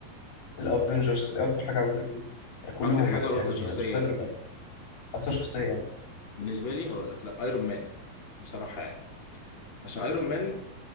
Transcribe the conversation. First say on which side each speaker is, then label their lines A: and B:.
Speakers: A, on the left (about 80°); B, on the left (about 30°).
A: الأفنجرز إيه أكتر حاجة عجبتك فيه يعني كلهم
B: اكتر حاجه
A: بقى
B: ولا
A: يعني
B: اكتر شخصيه
A: سبايدر مان أكتر شخصية يعني
B: بالنسبه لي هقول لك لا ايرون مان بصراحه يعني عشان ايرون مان